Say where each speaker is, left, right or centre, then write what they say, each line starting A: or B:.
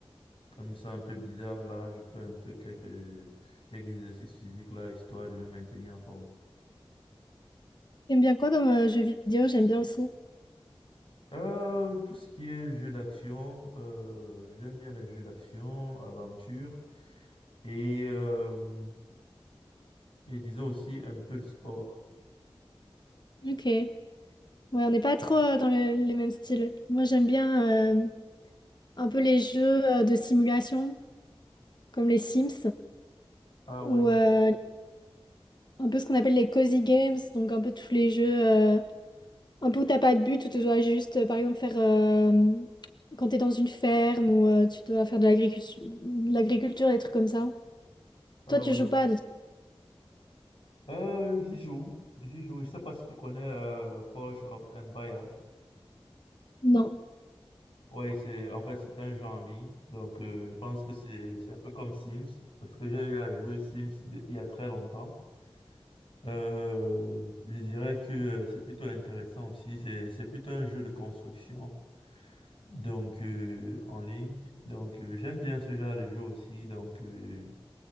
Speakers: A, on the left (about 65°); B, on the left (about 45°).
A: Comme ça, un peu bizarre, là, je fais un peu quelques, quelques exercices physiques, là, histoire de me maintenir en forme.
B: J'aime bien quoi comme euh, jeu vidéo? J'aime bien aussi.
A: Euh, tout ce qui est jeux d'action, euh, j'aime bien les jeux d'action, aventure, et, euh, et disons aussi un peu le sport.
B: Ok. Ouais, on n'est pas trop euh, dans le- les mêmes styles. Moi, j'aime bien euh, un peu les jeux euh, de simulation, comme les Sims,
A: Ah oui,
B: ou euh, un peu ce qu'on appelle les cozy games, donc un peu tous les jeux. euh, Un pot, t'as pas de but, où tu dois juste, euh, par exemple, faire... euh, quand t'es dans une ferme ou euh, tu dois faire de l'agriculture, de l'agriculture, des trucs comme ça.
A: ah
B: Toi, tu
A: oui.
B: joues pas à des trucs-
A: Euh, j'y joue, j'y joue. Je sais pas si tu connais euh, Forge of Empire.
B: Non.
A: Oui, c'est en fait c'est un jeu en ligne, donc euh, je pense que c'est c'est un peu comme Sims parce que j'ai eu à jouer Sims il y a très longtemps. Euh, je dirais que euh, c'est plutôt intéressant aussi. C'est, c'est plutôt un jeu de construction, donc euh, en ligne. Donc euh, j'aime bien ce genre de jeu aussi. Donc euh,